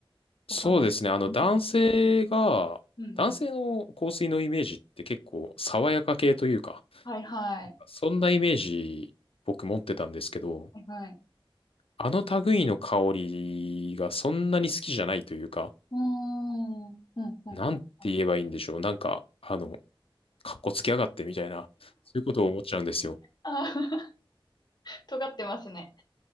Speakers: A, on the left (about 50°); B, on the left (about 85°).
A: わかんない。
B: そうですね、あの男性が、
A: うん、うん、
B: 男性の香水のイメージって結構爽やか系というか、
A: うん。はいはい。
B: そんなイメージ僕持ってたんですけど、
A: はいはい。
B: あの類の香りがそんなに好きじゃないというか、
A: うーん、うん、うん。うん
B: なんて言えばいいんでしょう。なんか、あの、かっこつけやがってみたいな、そういうことを思っちゃうんですよ。
A: あー、<laughs> 尖ってますね。